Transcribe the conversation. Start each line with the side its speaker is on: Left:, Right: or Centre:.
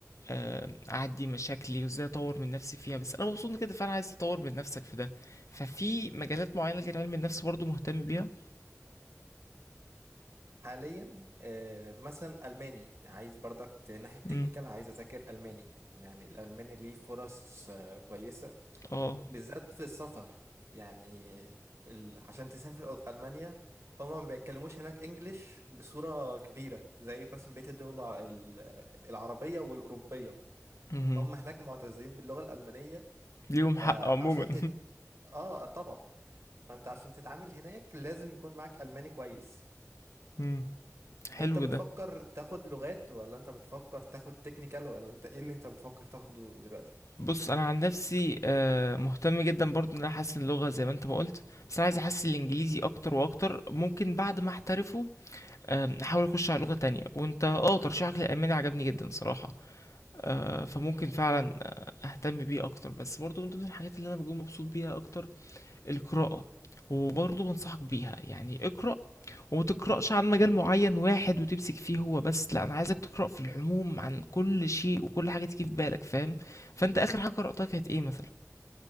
Left: آه، أعدي مشاكلي وإزاي أطور من نفسي فيها بس أنا مبسوط إن كده فأنا عايز أطور من نفسك في ده ففي مجالات معينة غير علم النفس برضو مهتم بيها
Right: حاليا آه، مثلا ألماني عايز برضك في ناحية تكنيكال
Left: مم.
Right: عايز أذاكر ألماني يعني الألماني ليه فرص آه، كويسة
Left: اه
Right: بالذات في السفر يعني ال- عشان تسافر أل- ألمانيا هما ما بيتكلموش هناك إنجليش بصورة كبيرة زي مثلا بقية الدول الع- ال- العربية والأوروبية
Left: مهم.
Right: هم هناك معتزين باللغة الألمانية
Left: ليهم
Right: فعشان
Left: حق عموما
Right: اه طبعا فانت عشان تتعامل هناك لازم يكون معاك الماني كويس
Left: <laughs> مم. حلو
Right: انت بتفكر
Left: ده
Right: تاخد لغات ولا انت بتفكر تاخد تكنيكال ولا انت ايه اللي انت بتفكر تاخده دلوقتي
Left: بص انا عن نفسي آه، مهتم جدا برضو ان انا احسن اللغه زي ما انت ما قلت بس انا عايز احسن الانجليزي اكتر واكتر ممكن بعد ما احترفه آم، احاول اخش على لغه تانية وانت اه ترشيحك للالماني عجبني جدا صراحه آه، فممكن فعلا آه، اهتم بيه اكتر بس برضو من ضمن الحاجات اللي انا بكون مبسوط بيها اكتر القراءة وبرضه بنصحك بيها يعني اقرأ وما تقرأش عن مجال معين واحد وتمسك فيه هو بس لا انا عايزك تقرأ في العموم عن كل شيء وكل حاجة تيجي في بالك فاهم فانت اخر حاجة قرأتها كانت ايه مثلا